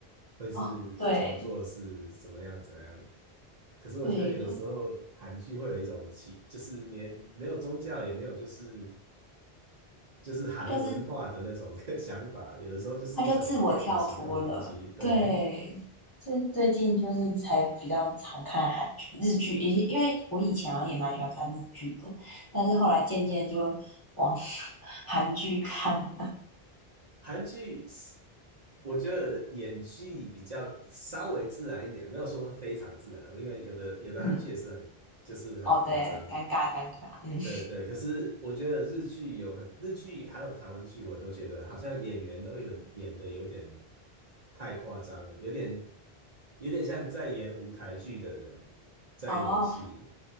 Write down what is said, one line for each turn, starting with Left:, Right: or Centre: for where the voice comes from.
Right: 会是怎么做是怎么样怎样。
Left: 哦，对
Right: 可是我觉得有的时候韩剧会有一种奇，
Left: 对，就
Right: 就是连没有宗教也没有就是就是韩文化的那种
Left: 他就是
Right: <laughs> 想法，有的时候就是一种天马行空的东西。
Left: 他就自我跳脱了，
Right: 对，
Left: 对，最最近就是才比较常看韩剧、日剧，以因为我以前好像也蛮喜欢看日剧的，但是后来渐渐就往 <laughs> 韩剧看，
Right: 韩剧是我觉得演技比较稍微自然一点，没有说非常自然，因为有的有的韩剧也是很就是很夸张，
Left: 嗯，哦，对，尴尬尴尬，嗯，
Right: 对对，可是我觉得日剧有很日剧还有台湾剧，我都觉得好像演员都有演的有点太夸张了，有点有点像在演舞台剧的人在演戏。
Left: <laughs> 哦，